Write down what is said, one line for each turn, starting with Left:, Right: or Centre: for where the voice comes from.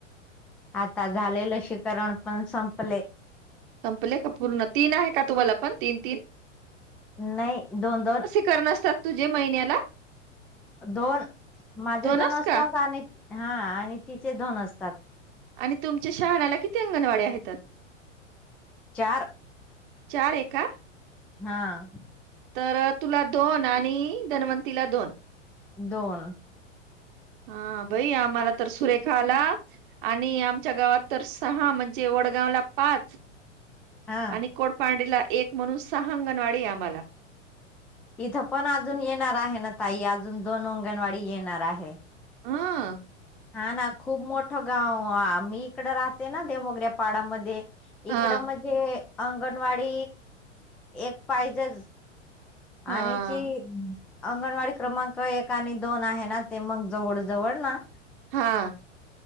Centre: आता झाले लसीकरण पण संपले.
Right: संपले का पूर्ण तीन आहे का तुम्हाला पण तीन तीन.
Centre: नाही दोन दोन.
Right: कर असतात तुझे महिन्याला.
Centre: दोन माझे
Right: दोनच
Centre: दोन असतात
Right: का
Centre: आणि हा आणि तिचे दोन असतात.
Right: आणि तुमच्या शहाणाला किती अंगणवाडी आहे ता त.
Centre: चार
Right: चार आहे का
Centre: हा.
Right: तर तुला दोन आणि धनवंतीला दोन.
Centre: दोन.
Right: हा भाई आम्हाला तर सुरेखा आला आणि आमच्या गावात तर. सहा म्हणजे वडगाव ला पाच.
Centre: हा.
Right: आणि कोडपांडीला एक म्हणून सहा अंगणवाडी आम्हाला.
Centre: इथं पण अजून येणार आहे ना ताई अजून दोन अंगणवाडी येणार आहे.
Right: हाम.
Centre: हा ना खूप मोठं गाव आ मी इकड राहते ना देमोगऱ्यापाडामध्ये.
Right: हा
Centre: इकडं म्हणजे अंगणवाडी एक पाहिजे.
Right: हा
Centre: आणखी. अंगणवाडी क्रमांक एक आणि दोन आहे ना ते मग जवळ जवळ ना.
Right: हा.